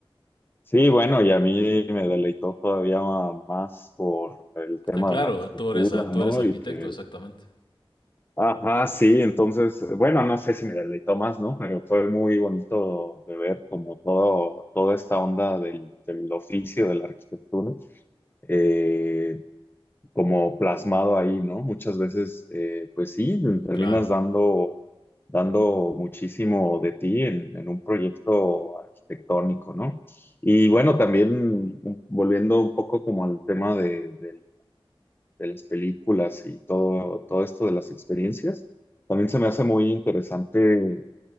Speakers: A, on the left; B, on the left.
A: Sí, bueno, y a mí me deleitó todavía más por el tema
B: Ah, claro,
A: de la arquitectura,
B: tú eres, a-
A: ¿no?
B: tú eres arquitecto,
A: Y que,
B: exactamente.
A: ajá, sí, entonces, bueno, no sé si me deleitó más, ¿no? Pero fue muy bonito de ver como todo, toda esta onda del, del oficio de la arquitectura. Eh, como plasmado ahí, ¿no? Muchas veces, eh, pues sí, terminas
B: Claro,
A: dando, dando muchísimo de ti en, en un proyecto arquitectónico, ¿no? Y bueno, también mm, volviendo un poco como al tema de, del- de las películas y todo, todo esto de las experiencias, también se me hace muy interesante